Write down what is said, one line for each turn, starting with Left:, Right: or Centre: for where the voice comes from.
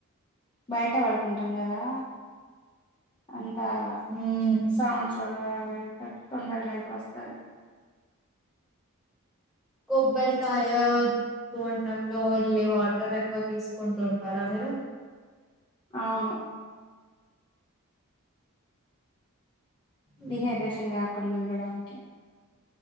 Left: బయట పడుకుంటామ్ గదా అ తా
Centre: ఉమ్
Left: సౌండ్స్ రావ్ ఊ తొందర మేల్క వస్తాది
Centre: కొబ్బరికాయ బొండంలో వెళ్లే వాటర్ ఎక్కువ తీసుకుంటుంటారా మీరు.
Left: ఔను
Centre: ఉమ్
Left: డిహైడ్రేషన్ రాకుండా ఉండడాన్కి